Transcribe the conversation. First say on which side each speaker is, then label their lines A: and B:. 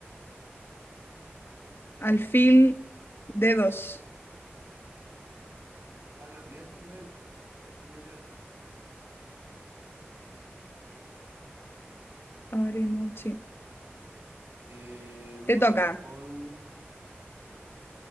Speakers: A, on the left (about 60°); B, on the right (about 65°).
A: Alfil d dos.
B: ¿Están las mías también? Ahí están mis llaves.
A: Abrimos, sí.
B: Em,
A: Te
B: vamos
A: toca.
B: con...